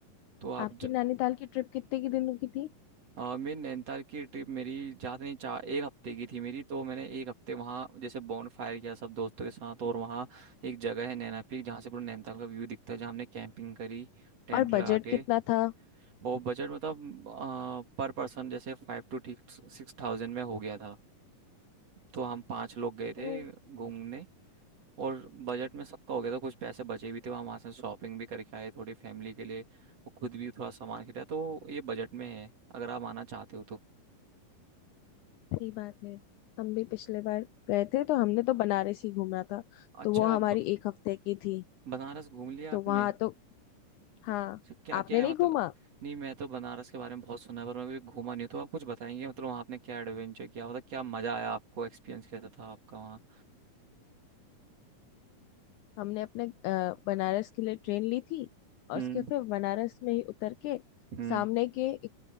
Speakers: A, on the right; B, on the left.
A: तो आप
B: आपकी नैनीताल की ट्रिप कितने के दिनों की थी
A: अ, मेरी नैनीताल की ट्रिप मेरी ज़्यादा नहीं चार एक हफ्ते की थी मेरी तो मैंने एक हफ्ते वहाँ जैसे बॉन फायर किया सब दोस्तों के साथ और वहाँ एक जगह है नैना पीक जहाँ से पूरा नैनीताल का व्यू दिखता है जहाँ हमने कैंपिंग करी टेंट
B: और
A: लगा
B: बजट
A: के
B: कितना था
A: और बजट मतलब पर पर्सन जैसे फाइव टू सिक्स थाउजेंड में हो गया था तो हम पाँच लोग गए थे
B: तो
A: घूमने और बजट में सबका हो गया था कुछ पैसे बचे भी थे वहाँ वहाँ से शॉपिंग भी करके आए थोड़ी फैमिली के लिए और खुद भी थोड़ा सामान खरीदा तो ये बजट में है अगर आप आना चाहते हो तो
B: सही बात है हम भी पिछले बार गए थे तो हमने तो बनारस ही घूमना था
A: अच्छा
B: तो वो हमारी एक हफ्ते की थी
A: बनारस घूम लिया
B: तो
A: आपने
B: वहां तो हाँ
A: तो क्या
B: आपने
A: क्या है
B: नहीं
A: मतलब
B: घूमा
A: नहीं मैं तो बनारस के बारे में बहुत सुना है पर मैं कभी घूमा नहीं हूं। तो आप कुछ बताएंगे मतलब वहाँ आपने क्या एडवेंचर किया मतलब क्या मजा आया आपको एक्सपीरियंस कैसा था आपका वहाँ
B: हमने अपने अ, बनारस के लिए ट्रेन ली थी और
A: हम्म
B: उसके फिर बनारस में ही उतर के
A: हम्म
B: सामने के एक